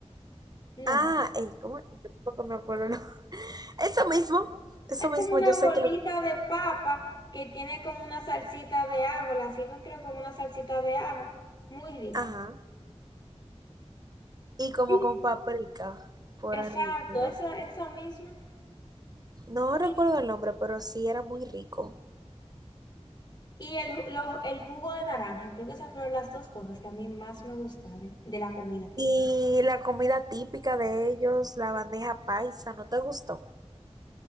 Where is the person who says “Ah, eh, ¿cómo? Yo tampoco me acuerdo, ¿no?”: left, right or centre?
Right